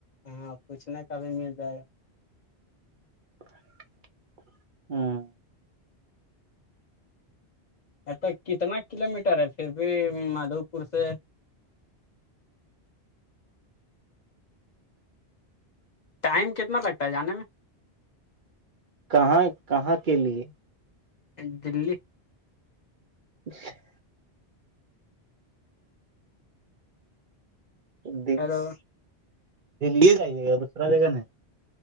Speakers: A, on the left; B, on the right.
A: ہاں کچھ نہیں کبھی مل جائے گا
B: ہوں
A: اھا کتنا کلو میٹر ہے پھر بھی مادھو پور سے ٹائم کتنا لگتا ہے جانے میں
B: کہاں کہاں کے لیے
A: <unintelligible>
B: <inaudible> دی
A: ہیلو
B: دی جائیے گا دوسرا جگہ نہیں